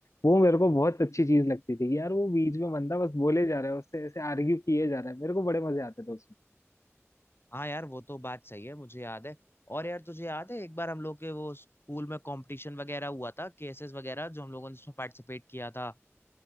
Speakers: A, on the left; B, on the left.
A: वो मेरे को बहुत अच्छी चीज लगती थी कि यार वो बीच में बंदा बस बोले जा रहा है उससे ऐसे आर्ग्यू किए जा रहा है मेरे को बड़े मजे आते थे उसमें
B: हाँ यार वो तो बात सही है मुझे याद है और यार तुझे याद है एक बार हम लोग के वो स्कूल में कंपटीशन वगैरह हुआ था केसेस वगैरह जो हम लोगों ने उसमें पार्टिसिपेट किया था